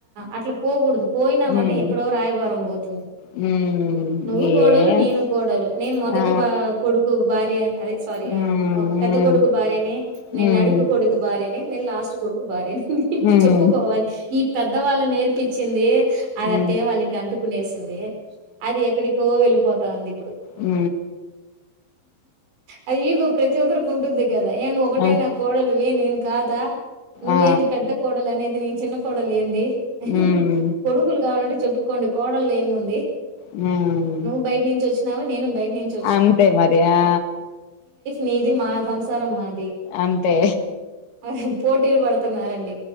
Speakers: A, on the right; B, on the left.
A: అట్లా పోకూడదు. ఇక్కడ ఉన్న జెనరేట్ ప్రతి ఊరిలో పోకూడదు పోయినామంటే
B: ఉమ్
A: ఎక్కడో రాయబారం పోతుంది.
B: ఉమ్
A: నువ్వు
B: ఏం
A: కోడలు నేను కోడలు నేను మొదటి
B: ఆ
A: బా కొడుకు భార్య- అదే సారీ
B: ఉమ్
A: ఆ
B: ఉమ్
A: పెద్ద కొడుకు భార్యనే నేను
B: ఉమ్
A: నడిపి కొడుకు భార్యని నేను లాస్ట్ కొడుకు భార్యని ఇటు
B: ఉమ్
A: చెప్పుకోవాలి ఈ పెద్దవాళ్ళు నెర్ ఇచ్చింది అదట్టే
B: ఉమ్
A: వాళ్ళకి అంటుకునేసింది అది ఎక్కడికో వెళ్ళిపోత టాంది
B: ఊ
A: ఆ ఇగో ప్రతి ఒక్కరికి ఉంటుంది కదా ఏను అంటే
B: ఆ
A: నా కోడలు ఏ నేను కాదా నువ్వేంది
B: ఆ
A: పెద్ద కోడలు అనేది నేను కోడలేంది హి హి
B: ఉమ్
A: కొడుకులు కావాలంటే చెప్పు కొన్ని కోడలు ఏముంది
B: హ్మ్
A: నువ్వు బయట నుంచి వచ్చినావు నేను బయట నుంచి
B: అంతే మరి ఆ
A: మీది మా సంసారం మాది
B: అంతే
A: అహ్హ్ పోటీలు బడుతున్నారండి